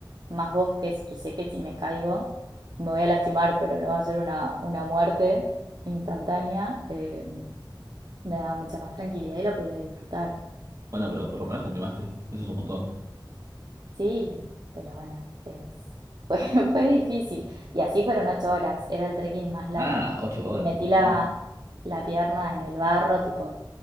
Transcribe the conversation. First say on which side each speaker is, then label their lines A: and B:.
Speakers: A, on the right; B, on the right.
A: más bosques y sé que si me caigo me voy a lastimar, pero no va a ser una, una muerte instantánea, eh, me daba mucha más tranquilidad y la podía disfrutar.
B: Bueno, pero por lo menos te animaste. Eso es un montón.
A: Sí, pero bueno, es, <laughs> fue, fue difícil. Y así fueron ocho horas, era el trekking más largo.
B: Ah, ocho horas,
A: Y metí
B: un montón.
A: la, la pierna en el barro, tipo